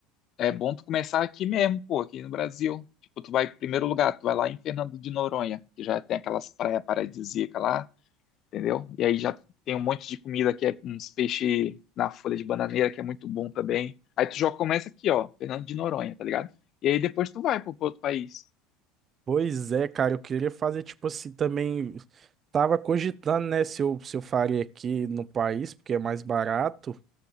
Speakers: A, on the left; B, on the right.
A: É bom tu começar aqui mesmo, pô, aqui no Brasil. Tipo, tu vai, primeiro lugar, tu vai lá em Fernando de Noronha, que já tem aquelas praias paradisíacas lá, entendeu? E aí já tem um monte de comida que é uns peixes na folha de bananeira, que é muito bom também. Aí tu já começa aqui, ó, Fernando de Noronha, tá ligado? E aí depois tu vai pro, pro outro país.
B: Pois é, cara, eu queria fazer tipo assim também. Tava cogitando, né, se eu, se eu faria aqui no país, porque é mais barato,